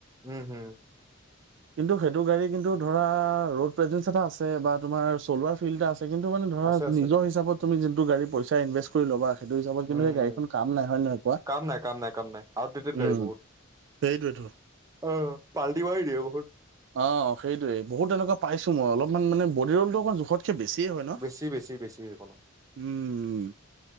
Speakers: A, on the right; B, on the right.
A: উম, উম,
B: কিন্তু সেইটো গাড়ী কিন্তু ধৰা ৰড প্ৰেজেন্ঞ্চ এটা আছে বা তোমাৰ চলাৰ ফিল্ড এটা আছে। তে কিন্তু মান ধৰা
A: আছে আছে
B: নিজ হিচাপত তুমি যোনটো গাড়ী পইচা ইনভষ্ট, ল'বা সেইটো হিচাপত কিন্তু
A: উম
B: সেই গাড়ীখন কাম নাই হয় নহ কুৱা
A: কাম নাই কাম নাই কাম নাই আউটডেটেড গাড়ী
B: উম,
A: বহুত
B: সেইটোৱেটো।
A: অ পালতিমাৰি দিয়ে বহুত।
B: অ, সেইটয়ে বহুত তেনেকুৱ পাইছো মই অলপমান মানে বডি ৰলটো অকণ জোখত বেছিয়ে হয় ন?
A: বেছি বেছি বেছি সেইখনত
B: উম,